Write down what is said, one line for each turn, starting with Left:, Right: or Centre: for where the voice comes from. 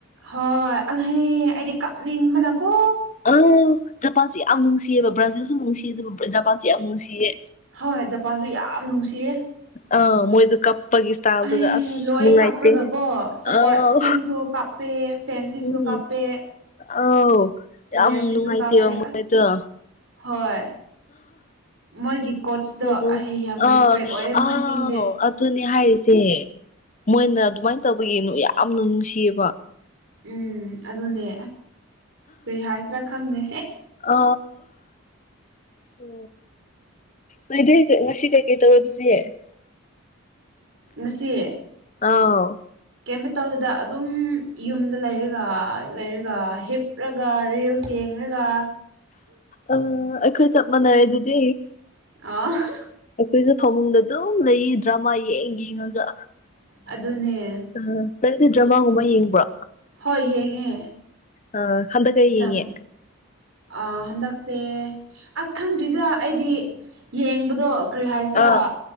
Right: ꯍꯣꯏ ꯑꯂꯍꯦ ꯑꯩꯗꯤ ꯀꯥꯞꯅꯤꯡꯕꯅꯀꯣ
Left: ꯑ ꯖꯄꯥꯟꯁꯨꯦ ꯌꯥꯝ ꯅꯨꯡꯁꯤꯌꯦꯕ ꯕ꯭ꯔꯥꯖꯤꯜꯁꯨ ꯅꯨꯡꯁꯤꯌꯦ ꯑꯗꯨꯕꯨ ꯖꯄꯥꯟꯁꯨꯦ ꯌꯥꯝ ꯅꯨꯡꯁꯤꯌꯦ
Right: ꯍꯣꯏꯣꯏ ꯖꯄꯥꯟꯁꯨ ꯌꯥꯝ ꯅꯨꯡꯁꯤꯌꯦ
Left: ꯑꯥ ꯃꯣꯏꯗꯣ ꯀꯞꯄꯒꯤ ꯏꯁꯇꯥꯏꯜꯗꯨꯒ
Right: ꯑꯩ
Left: ꯑꯁ
Right: ꯂꯣꯏ
Left: ꯅꯨꯡꯉꯥꯏꯇꯦ
Right: ꯀꯥꯞꯄ꯭ꯔꯒꯀꯣ ꯁꯞꯄꯣꯔꯠ
Left: ꯑꯥꯎ
Right: ꯁꯤꯡꯁꯨꯞ ꯄꯦ ꯐꯦꯟꯁꯤꯡꯁꯨ
Left: ꯎꯝ
Right: ꯀꯥꯞꯄꯦ
Left: ꯑꯥꯎ
Right: ꯄ꯭ꯂꯦꯌꯔꯁꯤꯡꯁꯨ
Left: ꯌꯥꯝ ꯅꯨꯡꯉꯥꯏꯇꯦꯕ
Right: ꯀꯥꯞꯄꯦ ꯑꯁ
Left: ꯃꯣꯏꯗꯣ
Right: ꯍꯣꯏ ꯃꯣꯏꯒꯤ ꯀꯣꯆꯇꯣ
Left: ꯎꯝ ꯎꯝ
Right: ꯑꯩ ꯌꯥꯝ
Left: ꯑ
Right: ꯔꯦꯁꯄꯦꯛ ꯑꯣꯏꯑꯦ
Left: ꯑꯥꯎ
Right: ꯃꯣꯏꯁꯤꯡꯗꯤ
Left: ꯑꯗꯨꯅꯦ ꯍꯥꯏꯔꯤꯁꯦ ꯃꯣꯏꯅ ꯑꯗꯨꯃꯥꯏꯅ ꯇꯧꯕꯒꯤꯅꯨ ꯌꯥꯝꯅ ꯅꯨꯡꯁꯤꯌꯦꯕ
Right: ꯎꯝ ꯑꯗꯨꯅꯦ ꯀꯔꯤ ꯍꯥꯏꯁꯤꯔꯥ ꯈꯪꯅꯦ
Left: ꯑ ꯎ ꯅꯗꯤ ꯉꯁꯤ ꯀꯩ <unintelligible>
Right: ꯉꯁꯤ
Left: ꯑꯥꯎ
Right: ꯀꯩꯝ ꯇꯧꯗꯦꯗ ꯑꯗꯨꯝ ꯌꯨꯝꯗ ꯂꯩꯔꯒ ꯂꯩꯔꯒ ꯍꯤꯞꯔꯒ ꯔꯤꯜꯁ ꯊꯡꯅꯒ
Left: ꯑ ꯑꯩꯈꯣꯏ ꯆꯞ ꯃꯥꯟꯅꯔꯦ ꯑꯗꯨꯗꯤ
Right: ꯑ
Left: ꯑꯩꯈꯣꯏꯁꯨ ꯐꯃꯨꯡꯗ ꯑꯗꯨꯝ ꯂꯩ ꯗ꯭ꯔꯃꯥ ꯌꯦꯡ ꯌꯦꯡꯉꯒ
Right: ꯑꯗꯨꯅꯦ
Left: ꯑ ꯅꯪꯗꯤ ꯗ꯭ꯔꯃꯥꯒꯨꯝꯕ ꯌꯦꯡꯕ꯭ꯔꯣ
Right: ꯍꯣꯏ ꯌꯦꯡꯉꯦ
Left: ꯑ ꯍꯟꯗ
Right: ꯑꯁ
Left: ꯀꯩ ꯌꯦꯉꯦ
Right: ꯇꯝ ꯑ ꯍꯟꯗꯛꯁꯦ ꯑꯁ ꯈꯪꯗ꯭ꯔꯤꯗ ꯑꯩꯗꯤ ꯌꯦꯡꯕꯗꯣ ꯀꯔꯤ ꯍꯥꯏꯁꯤꯔꯥ
Left: ꯑꯥ